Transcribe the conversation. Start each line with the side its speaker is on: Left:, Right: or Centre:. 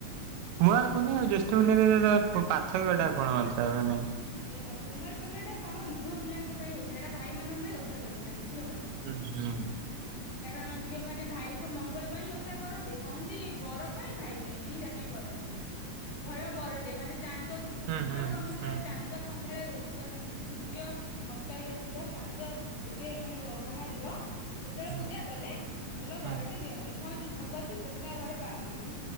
Right: କୁଆଁର ପୁନେଇଁ ଆଉ ଜ୍ୟେଷ୍ଠ ପୂର୍ଣ୍ଣିମାରେ ଆରେରେ ପାର୍ଥକ୍ୟଟା କଣ ଥାଏ ମାନେ?
Left: ଦେଖ, କୁମାର ପୂର୍ଣ୍ଣିମାଟା କଣ ଝୁଅ ପିଲାଙ୍କ ପାଇଁ ଓଷା, ଏଇଟା ଭାଇମାନଙ୍କ ପାଇଁ ଓଷା କରିଥାନ୍ତି। ଝିଅ ମାନେ।
Right: ହୁଁ ହୁଁ।
Left: କାରଣ ଝିଅମାନେ ଭାଇଙ୍କ ମଙ୍ଗଳ ପାଇଁ ଓଷା କରନ୍ତି, କହନ୍ତି ବର ପାଇଁ ଭାଇ ପାଇଁ ଦିଟା ପାଇଁ କରନ୍ତି। ଭଲ ବରଟେ ମାନେ ଚାନ୍ଦକୁ ସକାଳୁ
Right: ହୁଁ ହୁଁ
Left: ଆମର
Right: ହୁଁ
Left: ଚାଳେ ସନ୍ଧ୍ୟାବେଳେ ଉ ଇ ଯଷ୍ଟ ସୂର୍ଯ୍ୟ ଅସ୍ତ ହେଇ ଆସିବ ଚାନ୍ଦ ଉଦୟ ମାନେ ବାହାରିବ ସେତେବେଳେ
Right: ହୁଁ
Left: ପୂଜା କଲେ ଭଲ
Right: ହୁଁ
Left: ବରଟେ ଦିଅନ୍ତି କୁହନ୍ତି ଢଗ ଅଛି ଟୋକା ବର ପାଆନ୍ତି ଏମ